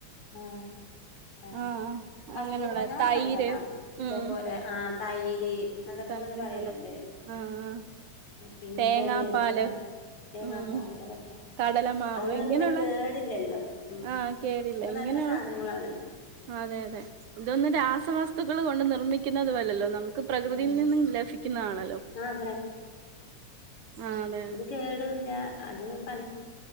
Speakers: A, on the left; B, on the right.
A: ആ ആ
B: ആഹ്
A: കസ്തൂരിമഞ്ഞളൊക്കെ
B: അങ്ങനെയുള്ള തൈര്
A: നല്ലതാണ്
B: ഉം
A: തേപോലെ ആ തൈര് അതൊക്കെ
B: തൈര്
A: ങ്ങനെ പറയല്ണ്ട്
B: നല്ലത് ആഹ് ആഹ്
A: പിന്നെ
B: തേങ്ങാപ്പാല്
A: വെള്ളരിക്ക തേങ്ങാപ്
B: ഉം
A: പാല് അതൊക്കെ
B: കടലമാവ്
A: അതന്നും
B: ഇങ്ങനെയുള്ള
A: പിന്നെ കേടില്ലല്ലോ ഉം
B: ആഹ് കേടില്ല
A: മുക്ക്
B: ഇങ്ങനെയുള്ള
A: നല്ല സാധനങ്ങളാണല്ലോ.
B: അതെ അതെ ഇതൊന്നും രാസവസ്തുക്കൾ കൊണ്ട് നിർമ്മിക്കുന്നതുവല്ലല്ലോ നമുക്ക് പ്ര്
A: ആഹ്
B: കൃതിയിൽ നിന്നും ലഫിക്കുന്നആണല്ലോ
A: ആഹ്
B: ആ അതെ.
A: കേടൂല്ല അത് പ